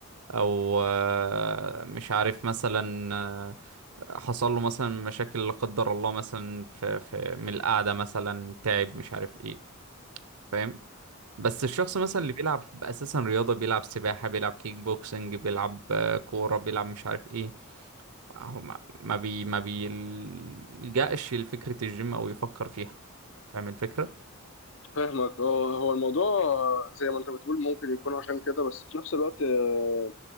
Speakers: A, on the right; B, on the left.
A: او آه، مش عارف مثلا آه، حصل له مثلا مشاكل لا قدر الله مثلا في, في من القعده مثلا تعب مش عارف ايه فاهم بس الشخص مثلا اللي بيلعب اساسا رياضه بيلعب سباحه بيلعب كيك بوكسنج بيلعب آه، كوره بيلعب مش عارف ايه هو ما ما بي ما بيلجأش لفكره الجيم او يفكر فيها فاهم الفكره
B: فاهمك اه هو الموضوع آه، زي ما انت بتقول ممكن يكون عشان كده بس في نفس الوقت آه،